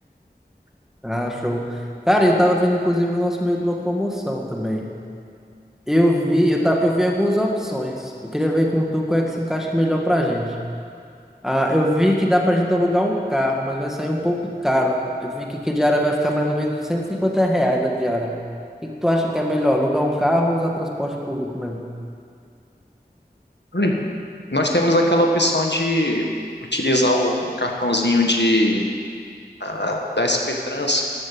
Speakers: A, on the left; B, in the centre.
A: <laughs>
B: Ah, show. Cara, eu tava vendo inclusive o nosso meio de locomoção também. Eu vi, eu, ta, eu vi algumas opções. Eu queria ver com tu qual é que se encaixa melhor pra gente. Ah, eu vi que dá pra gente alugar um carro, mas vai sair um pouco caro. Eu vi que, que a diária vai ficar mais ou menos 150 reais a diária. O que que tu acha que é melhor, alugar um carro ou usar transporte público mesmo?
A: Hum. Nós temos aquela opção de utilizar o, o cartãozinho de, ah, da SP Trans,